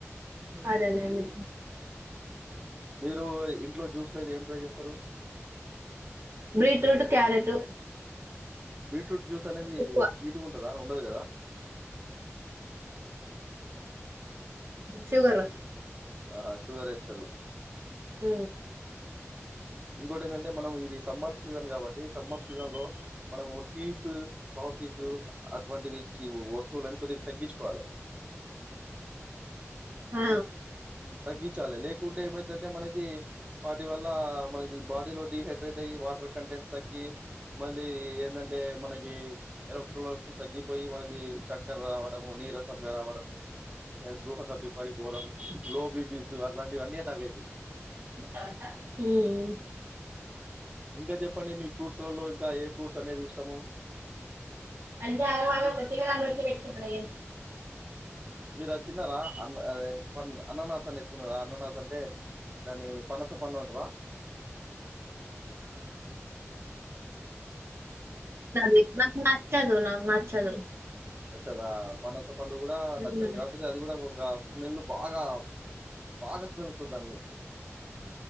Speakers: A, on the right; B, on the right.
A: అదే నండి
B: మీరు ఇంట్లో జ్యూస్లో అయితే ఏం ట్రై చేస్తారు
A: బీట్రూట్ క్యారెట్
B: బీట్రూట్ జ్యూస్ అనేది
A: ఎక్కువ
B: స్వీట్గా ఉంటందా ఉండదు కదా
A: షుగర్
B: ఆహా షుగర్ వేస్తారు
A: అ
B: ఇంకోటి ఏంటంటే మనం ఇది సమ్మర్ సీజన్ కాబట్టి సమ్మర్ సీజన్ లో మనము టీసు కాఫీస్ అటువంటివిచ్చ వస్తువులుని కొద్దిగా తగ్గించుకోవాలి
A: ఆ
B: తగ్గించాలి లేకుంటే ఏమైతంటే మనకి వాటి వల్ల మనకి బాడీలో డిహైడ్రేట్ అ వాటర్ కన్ంటెంట్ తగ్గి మళ్ళీ ఏంటంటే మనకి ఎలక్ట్రక్స్ తగ్గిపోయి మనకి చక్కర రావడం ఉ నీ రసంగా రావడము శృహత పిపడి బోరం లోబి పీసు అలాంటివి అన్నీటాక అవుతాయి
A: హ
B: ఇంకా చెప్పండి మీ ఫ్రూట్స్లలో ఇంకా ఏ ఫ్రూట్స్ అనేది ఇష్టము
A: అంటే ఆరో వా పటిక తతే వ్యక్తపడంది
B: మీరు అది తిన్నారా అన్న అన్ననాస అనే తిన్నారా అన్ననాస అంటే దాని పనస పన్నంటవా
A: ది నాకు నచ్చదు నాకు నచ్చదు
B: నచ్చదా పన్నస పండు కూడా
A: హ్మ్.
B: నచ్చదు కాకపోతే అది కూడా ఒక స్మెల్ బాగా బాగా స్మెల్స్తుందండి